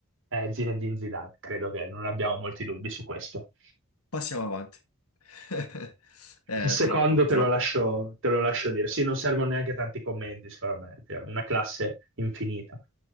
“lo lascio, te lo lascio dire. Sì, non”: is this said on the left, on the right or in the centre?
Right